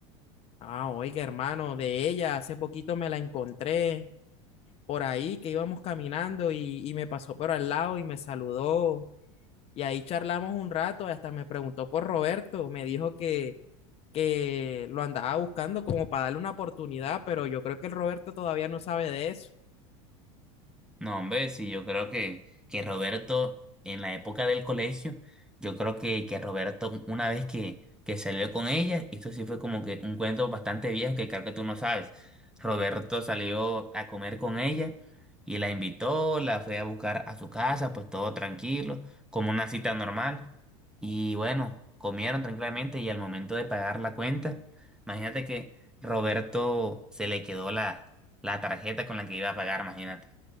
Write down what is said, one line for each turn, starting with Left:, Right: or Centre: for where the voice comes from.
Left: Ah, oiga, hermano, de ella hace poquito me la encontré por ahí que íbamos caminando y, y me pasó por al lado y me saludó. Y ahí charlamos un rato, hasta me preguntó por Roberto, me dijo que, que lo andaba buscando como para darle una oportunidad, pero yo creo que el Roberto todavía no sabe de eso.
Centre: No, hombre, sí, yo creo que, que Roberto, en la época del colegio, yo creo que, que Roberto, una vez que, que salió con ella, esto sí fue como que un cuento bastante viejo que creo que tú no sabes. Roberto salió a comer con ella y la invitó, la fue a buscar a su casa, pues todo tranquilo, como una cita normal. Y bueno, comieron tranquilamente y al momento de pagar la cuenta, imagínate que Roberto se le quedó la, la tarjeta con la que iba a pagar, imagínate